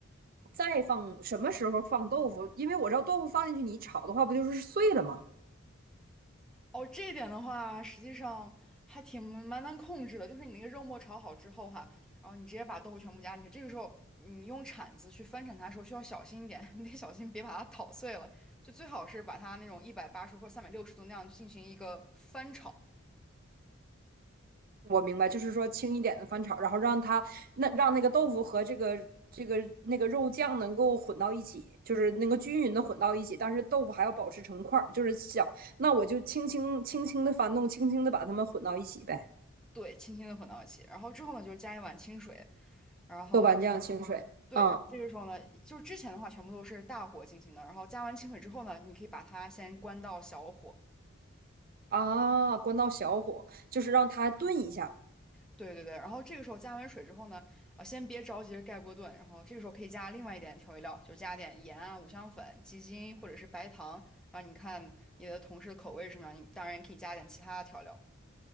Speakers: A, on the right (about 45°); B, in the centre.
A: 再放什么时候放豆腐？因为我知道豆腐放进去你炒的话，不就是碎了吗？
B: 哦，这一点的话，实际上还挺蛮难控制的。就是你那个肉末炒好之后哈，然后你直接把豆腐全部加进去。这个时候，你用铲子去翻铲它的时候，需要小心一点，<laughs> 你得小心别把它捣碎了。就最好是把它那种一百八十或三百六十度那样进行一个翻炒。
A: 我明白，就是说轻一点的翻炒，然后让它那让那个豆腐和这个这个那个肉酱能够混到一起，就是能够均匀的混到一起，但是豆腐还要保持成块儿，就是小。那我就轻轻轻轻的翻动，轻轻的把它们混到一起呗。
B: 对，轻轻的混到一起，然后之后呢，就加一碗清水，然后呢，
A: 豆瓣酱、清水，
B: 对，
A: 嗯
B: 然后这个时候呢，就是之前的话全部都是大火进行的，然后加完清水之后呢，你可以把它先关到小火，
A: 啊，关到小火，就是让它炖一下，
B: 对对对，然后这个时候加完水之后呢，啊，先别着急着盖锅炖，然后这个时候可以加另外一点调味料，就加点盐啊、五香粉、鸡精或者是白糖，然后你看你的同事的口味是什么样，你当然可以加点其他的调料，